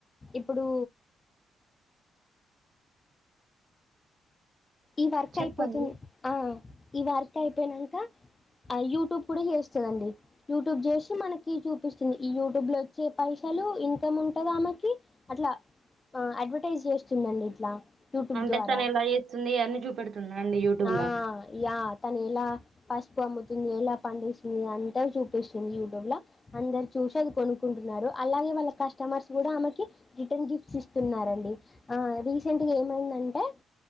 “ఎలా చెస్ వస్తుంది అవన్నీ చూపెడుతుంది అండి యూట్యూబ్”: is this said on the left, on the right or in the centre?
Right